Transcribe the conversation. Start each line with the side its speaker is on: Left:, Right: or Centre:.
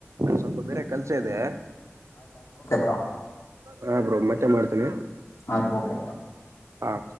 Right: ಸ್ವಲ್ಪ ಬೇರೆ ಕಲ್ಸ ಇದೆ
Left: ಹಾ
Right: ಹಾ ಬ್ರೋ ಮತ್ತೆ ಮಾಡ್ತೇನಿ
Left: ಆಯ್ತ್ ಓಕೆ
Right: ಹಾಂ